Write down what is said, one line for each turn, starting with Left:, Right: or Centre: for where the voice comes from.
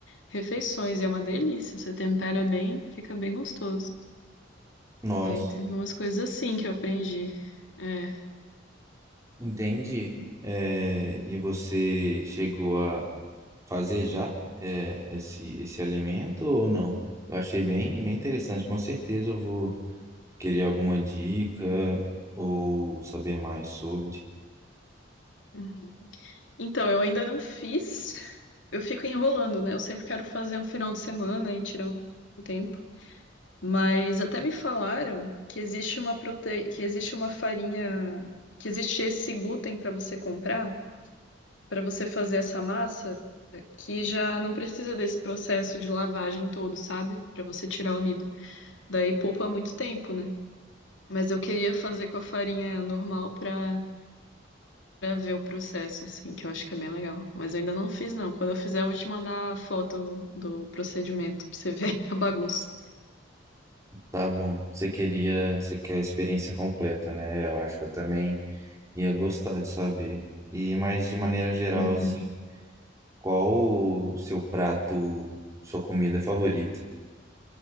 Left: refeições. E é uma delícia. Você tempera bem, fica bem gostoso.
Right: Nossa,
Left: Aí, teve umas coisas assim que eu aprendi. É.
Right: entendi. É, e você chegou a fazer já é, esse, esse alimento ou não? Eu achei bem, bem interessante. Com certeza eu vou querer alguma dica ou saber mais sobre.
Left: Uhum. Então, eu ainda não fiz. Eu fico enrolando, né? Eu sempre quero fazer um final de semana e tirar um tempo. Mas até me falaram que existe uma prote... que existe uma farinha, que existe esse glúten para você comprar, para você fazer essa massa, que já não precisa desse processo de lavagem todo, sabe? Para você tirar o amido. Daí poupa muito tempo, né? Mas eu queria fazer com a farinha normal para para ver o processo, assim, que eu acho que é bem legal. Mas eu ainda não fiz, não. Quando eu fizer, eu vou te mandar a foto do procedimento para você ver <laughs> a bagunça.
Right: Tá bom. Você queria, você quer a experiência completa, né? Eu acho que eu também ia gostar de saber. E mais de maneira geral,
Left: Uhum.
Right: assim, qual o seu prato, sua comida favorita?